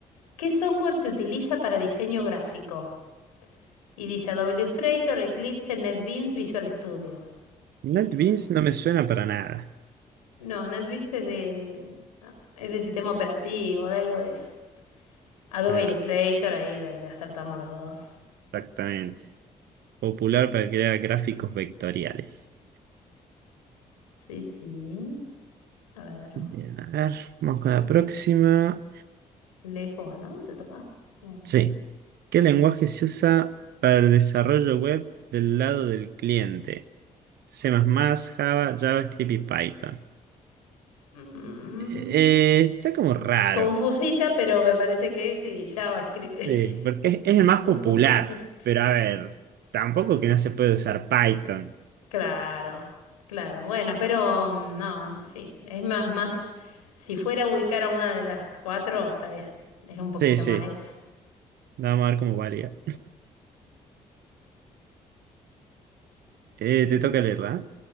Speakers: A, on the left; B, on the right.
A: ¿Qué software se utiliza para diseño gráfico? Y dice Adobe Illustrator, Eclipse, NetBeans, Visual Studio.
B: NetBeans
A: Y bueno.
B: no me suena para nada.
A: No, NetBeans es de, ah, es de sistema operativo, de algo de eso. Adobe
B: Ahí
A: Illustrator,
B: va,
A: ahí le, le acertamos los dos.
B: exactamente. Popular para crear gráficos vectoriales.
A: Sí, sí. A ver,
B: Bien, a ver, vamos con la próxima.
A: lees vos, ¿no? Te toca. Oh.
B: Sí. ¿Qué lenguaje se usa para el desarrollo web del lado del cliente? C++, Java, JavaScript y Python.
A: Mm,
B: Eh, eh, está como raro,
A: Confusita, pero me parece que sí, Java escribe.
B: Sí, porque es, es el más
A: <laughs>
B: popular, pero a ver, tampoco que no se puede usar Python.
A: Claro, claro. Bueno, pero mm, no, sí, es más, más. Si fuera a ubicar a una de las cuatro, está bien. Es un poquito
B: Sí, sí,
A: más eso.
B: vamos a ver cómo valía. Eh, te toca leerla.